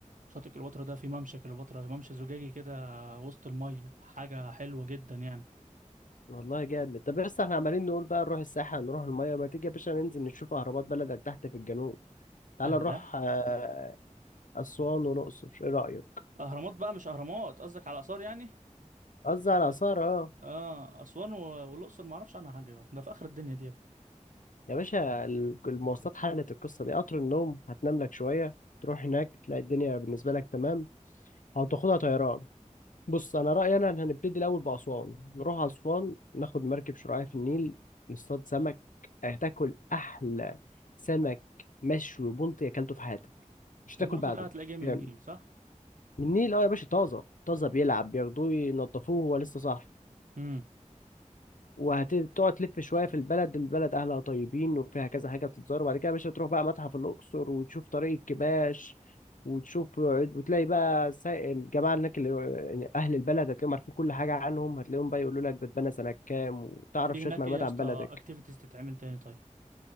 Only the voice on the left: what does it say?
والله جامد طب بس احنا عمالين نقول بقى نروح الساحل نروح الميه ما تيجي يا باشا ننزل نشوف اهرامات بلدك تحت في الجنوب تعال
نروح آه، اسوان والاقصر ايه رايك
قصدي على اثار اه
يا باشا ال- المواصلات حلت القصه دي قطر النوم هتنام لك شويه تروح هناك تلاقي الدنيا بالنسبه لك تمام او تاخدها طيران بص انا رايي انا إن هنبتدي الاول باسوان نروح اسوان ناخد مركب شراعية في النيل نصطاد سمك هتاكل احلى سمك مشوي بلطي اكلته في حياتك مش هتاكل
بعده
يعني
من النيل اه يا باشا طازه طازه بيلعب بياخدوه ينضفوه هو لسه صاحي
وهتقعد تلف شويه في البلد البلد اهلها طيبين وفيها كذا حاجه بتتزار وبعد كده يا باشا تروح بقى متحف الاقصر وتشوف طريق الكباش وتشوف وتلاقي بقى سا- الجماعه هناك اللي يعني اهل البلد هتلاقيهم عارفين كل حاجه عنهم هتلاقيهم بقى يقولوا لك ده اتبنى سنه كام وتعرف
شويه
معلومات
عن
بلدك